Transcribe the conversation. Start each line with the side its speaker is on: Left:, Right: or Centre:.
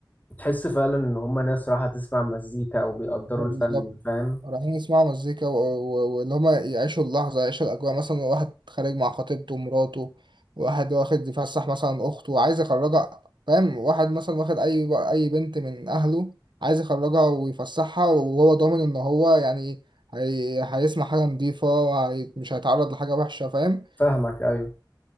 Left: وتحس فعلا ان هم ناس راحه تسمع مزيكا او بيقدروا
Right: بالظبط
Left: الفن فاهم
Right: رايحين يسمعوا مزيكا و- و- واللي هما يعيشوا اللحظة يعيشوا الأجواء مثلا واحد خارج مع خطيبته ومراته واحد واخد يفسح مثلا أخته وعايز يخرجها فاهم واحد مثلا واخد أي أي بنت من أهله عايز يخرجها ويفسحها وهو ضامن إن هو يعني هي... هيسمع حاجة نضيفة هي... مش هيتعرض لحاجة وحشة فاهم
Left: فاهمك ايوه